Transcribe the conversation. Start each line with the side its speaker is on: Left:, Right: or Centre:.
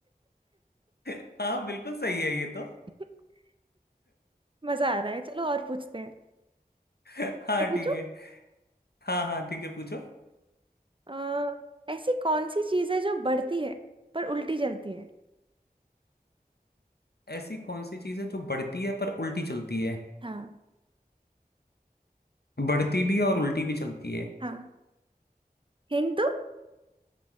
Left: <laughs> हाँ बिल्कुल सही है ये तो <laughs>
Right: <laughs> मजा आ रहा है चलो और पूछते हैं
Left: हाँ
Right: मैं पूछूं
Left: ठीक है हाँ हाँ ठीक है पूछो
Right: अ, ऐसी कौन सी चीज है जो बढ़ती है पर उल्टी जलती है
Left: ऐसी कौन सी चीज है जो बढ़ती है पर उल्टी चलती है
Right: हाँ
Left: बढ़ती भी है और उल्टी भी चलती है
Right: हाँ हिंट दो